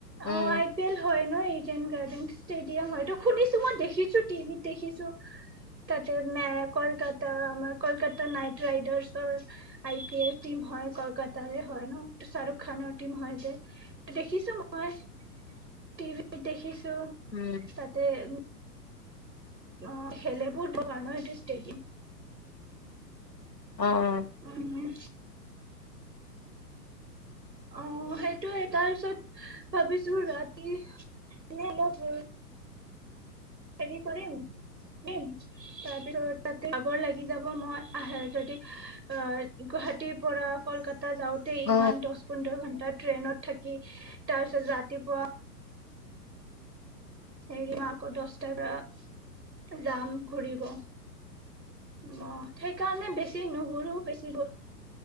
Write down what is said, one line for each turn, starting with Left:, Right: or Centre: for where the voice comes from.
Right: অ
Left: উম।
Right: আই পি এল হয় ন ইডেন গাৰ্ডেন ষ্টেডিয়াম হয় তো শুনিছো মই, দেখিছো টিভিত দেখিছো তাতে কলকাতা আমাৰ কলকাতা নাইট ৰাইডাৰ্চৰ আই-পি-এল টিম হয়। কলকাতাৰে হয় ন, শ্বাহৰুখ খানৰ টিম হয় যে দেখিছো। মই টিভিত দেখিছো।
Left: উম
Right: তো তাতে উ। অ' খেলে বহুত বহল ন এইটো ষ্টেডিয়াম।
Left: অ'-অ'।
Right: উম অ' সেইটোয়ে তাৰপিছত ভাবিছো ৰাতি এনে অলপ ৰৈ হেৰি কৰিম, কৰিম তাৰ পিছত তাতে ভাগৰ লাগি যাব। যদি আহ মই গুৱাহাটীৰ পৰা কলকাতা যাওঁতে ইমান
Left: অ
Right: দচ, পোন্ধৰ ঘণ্টাত। ট্ৰেইনত থাকি তাৰ পিছত ৰাতিপুৱা। হেৰি মই আকৌ দহটাৰ পৰা যাম ঘূৰিব। অ' সেইকাৰণে বেছি নুঘুৰো বেছি বস্তু -